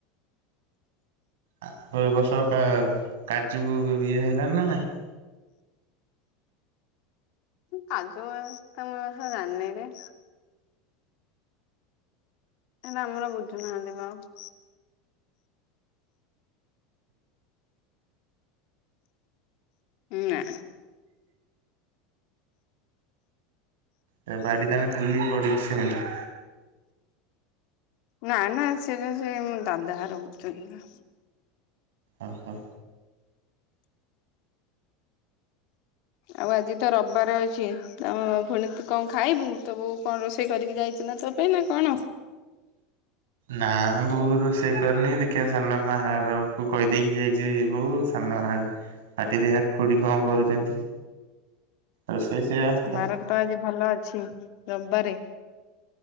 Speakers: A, on the right; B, on the left.
A: ଆଉ ଏ ବର୍ଷ କା କାଜୁ ଇଏ ହେଲଣିି ନା ନାଇଁ?
B: କାଜୁ <unintelligible> ତ ମୁ ଜାଣିନି ରେ। ଆମର ବୁଝୁନାହାନ୍ତି ପା ଆଉ। ନାଁ
A: ସେ ବାଡ଼ି ତାହେଲେ ଖାଲି ପଡ଼ିଛି ସେମିତି।
B: ନା ନା ସେଟା ସେ ମୋ ଦାଦା ଘର ବୁଝୁଛନ୍ତି।
A: ଓହୋ।
B: ଆଉ ଆଜି ତ ରବିବାର ଅଛି ତମ ପୁଣି ତୁ କଣ ଖାଇବୁ ତୋ ବୋଉ କଣ ରୋଷେଇ କରିକି ଯାଇଛି ନା ତୋ ପାଇଁ ପାଇଁ ନା କଣ?
A: ନା ବୋଉ ରୋଷେଇ କରିନି ଦେଖିଆ ସାନମା ଘର କୁ କହିଦେଇକି ଯାଇଚି ବୋଉ। ହଟିରେ ଖୁଡ଼ି କଣ କରୁଛନ୍ତି? ରୋଷେଇ ସେଇଆ ଖାଇ
B: ବାର ତ ଆଜି ଭଲ ଅଛି ରବିବାରେ।